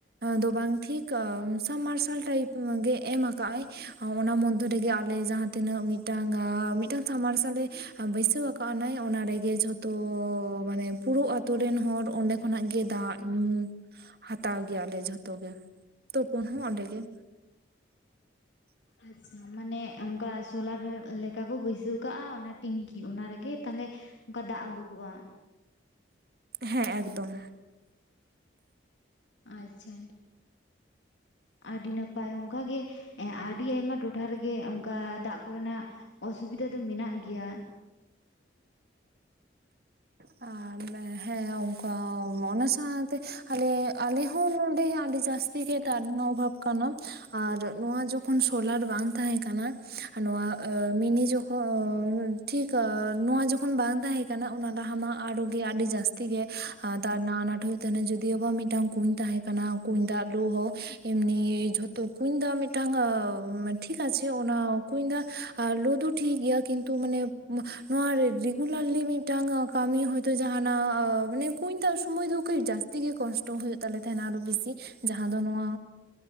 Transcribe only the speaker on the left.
ᱟᱪᱪᱷᱟ ᱢᱟᱱᱮ ᱚᱱᱠᱟ ᱥᱳᱞᱟᱨ ᱞᱮᱠᱟ ᱠᱚ ᱵᱟᱹᱭᱥᱟᱹᱣ ᱠᱟᱜᱼᱟ ᱚᱱᱟ ᱴᱮᱝᱠᱤ ᱚᱱᱟ ᱨᱮᱜᱮ ᱛᱟᱦᱚᱞᱮ, ᱚᱱᱠᱟ ᱫᱟᱜ ᱩᱰᱩᱠᱚᱜ-ᱟ᱾
ᱟᱪᱪᱷᱟ, ᱟᱹᱰᱤ ᱱᱟᱯᱟᱭ ᱚᱱᱠᱟ ᱜᱮ, ᱟᱹᱰᱤ ᱟᱭᱢᱟ ᱴᱚᱴᱷᱟ ᱨᱮᱜᱮ ᱚᱱᱠᱟ ᱫᱟᱜ ᱠᱚᱨᱮᱱᱟᱜ ᱚᱥᱩᱵᱤᱫᱷᱟ ᱫᱚ ᱢᱮᱱᱟᱜ ᱜᱮᱭᱟ,